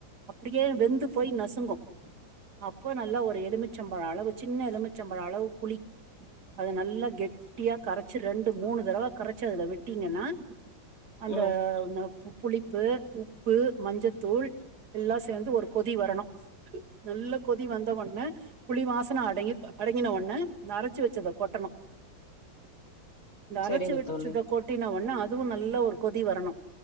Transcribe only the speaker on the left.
ம்
சரிங்க
தோழி